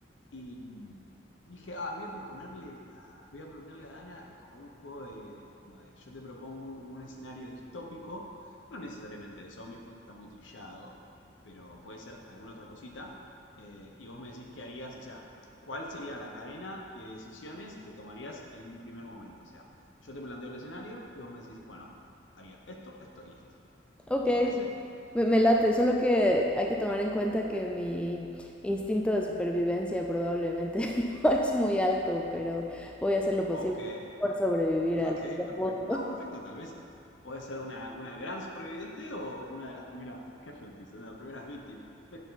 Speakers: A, on the left; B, in the centre.
A: Y, mm, dije, ah, voy a proponerle a, voy a proponerle a Dana eh, jugar un juego de, como de, yo te propongo como un escenario distópico, no necesariamente de zombies porque está muy trillado, pero puede ser alguna otra cosita, eh, y vos me decís qué harías, o sea, cuál sería la cadena de decisiones que tomarías en un primer momento. O sea, yo te planteo el escenario y vos me decís, bueno, haría esto, esto y esto.
B: ok,
A: ¿Te parece?
B: me, me late, solo que hay que tomar en cuenta que mi instinto de supervivencia probablemente <laughs> no es muy alto, pero voy a hacer lo posible
A: Ok,
B: por sobrevivir
A: Ok,
B: al fin del
A: perfecto.
B: mundo.
A: No,
B: <laughs>
A: perfecto, tal vez puede ser una, una gran superviviente o una de las primeras casualties, una de las primeras víctimas.